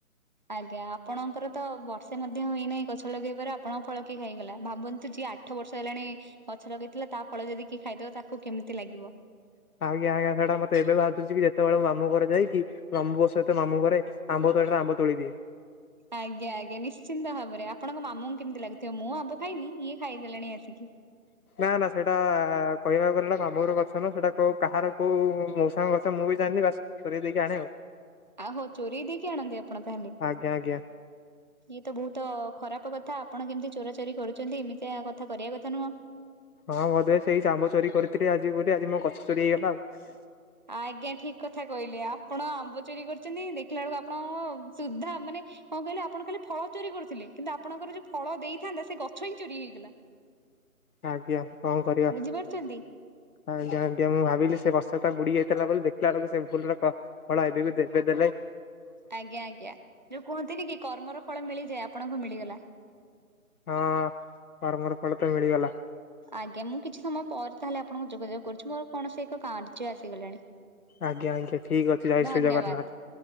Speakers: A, on the right; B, on the left.
A: ଆଜ୍ଞା ଆପଣଙ୍କର ତ ବର୍ଷେ ମଧ୍ୟ ହୋଇନାଇଁ ଗଛ ଲଗେଇବାର ଆପଣ ଫଳ କିଏ ଖାଇଗଲା ଭାବନ୍ତୁ ଯିଏ ଆ ଆଠ ବର୍ଷ ହେଲାଣି ଗଛ ଲଗେଇଥିଲା ତା ଫଳ ଯଦି କିଏ ଖାଇଦେବ ତାକୁ କେମିତି ଲାଗିବ।
B: ଆଜ୍ଞା ଆଜ୍ଞା ସେଟା ମତେ ଏବେ ବାଧୁଛି କି ଯେତେବେଳେ ମୁଁ ମାମୁଁ ଘର ଯାଇକି। ମାମୁଁପୁଅ ସହିତ ମାମୁଁ ଘରେ ଆମ୍ବ ତଳିଟାରେ ଆମ୍ବ ତୋଳି ଦିଏ।
A: ଆଜ୍ଞା ଆଜ୍ଞା ନିଶ୍ଚିନ୍ତ ଭାବରେ ଆପଣଙ୍କ ମାମୁଁଙ୍କୁ କେମିତି ଲାଗୁଥିବ ମୁଁ ଆମ୍ବ ଖାଇନି ଇଏ ଖାଇଦେଲାଣି ଆସିକି।
B: ନା ନା ସେଇଟା କହିବାକୁ ଗଲେନା ମାମୁଁଘର ଗଛ ନା ସେଇଟା କୋଉ କାହାର କୋଉ ମଉସାଙ୍କ ଗଛ ମୁଁ ବି ଜାଣିନି ବାସ। ଚୋରେଇଦେଇକି ଆଣେ ଆଉ।
A: ଆହୋ ଚୋରେଇ ଦେଇକି ଆଣନ୍ତି ଆପଣ ତାହେଲେ?
B: ଆଜ୍ଞା ଆଜ୍ଞା।
A: ଇଏ ତ ବହୁତ ଖରାପ କଥା ଆପଣ କେମିତି ଚୋରା ଚୋରି କରୁଛନ୍ତି ଏମିତିଆ କଥା କରିବା କଥା ନୁହଁ।
B: ହଁ ବୋଧେ ସେଇ ଆମ୍ବ ଚୋରି କରିଥିଲି ଆଜି ବୋଲି ଆଜି ମୋ ଗଛ ଚୋରି ହେଇଗଲା ଆଉ।
A: ଆଜ୍ଞା ଠିକ କଥା କହିଲେ ଆପଣ ଆମ୍ବ ଚୋରି କରୁଚନ୍ତି ଦେଖିଲା ବେଳକୁ ଆପଣ ସୁଦ୍ଧା ମାନେ। କଣ କହିଲେ ଆପଣ କାଲି? ଫଳ ଚୋରି କରୁଥିଲେ କିନ୍ତୁ ଆପଣଙ୍କର ଯୋଉ ଫଳ ଦେଇଥାନ୍ତା ସେ ଗଛ ହିଁ ଚୋରି ହେଇଗଲା।
B: ଆଜ୍ଞା କଣ କରିବା।
A: ବୁଝିପାରୁଛନ୍ତି
B: ଆଜ୍ଞା ଆଜ୍ଞା ମୁଁ ଭାବିଲି ସେ ବର୍ଷ ତ ବୁଡି ଯାଇଥିଲା ବୋଲି ଦେଖିଲା ବେଳକୁ ସେ ଭୁଲରେ ଫଳ ଏବେବି ଦେବେ ଦେବେ।
A: ଆଜ୍ଞା ଆଜ୍ଞା ଯୋଉ କୁହନ୍ତିନିକି କର୍ମର ଫଳ ମିଳିଯାଏ ଆପଣଙ୍କୁ ମିଳିଗଲା।
B: ହଁ କର୍ମର ଫଳ ତ ମିଳିଗଲା।
A: ଆଜ୍ଞା ମୁଁ କିଛି ସମୟ ପରେ ତାହେଲେ ଆପଣଙ୍କୁ ଯୋଗାଯୋଗ କରୁଛି ମୋର କୌଣସି ଏକ କାର୍ଯ୍ୟ ଆସିଗଲାଣି।
B: ଆଜ୍ଞା ଆଜ୍ଞା ଠିକ ଅଛି ଜୟ
A: ଧନ୍ୟବାଦ।
B: ଶ୍ରୀ ଜଗନ୍ନାଥ।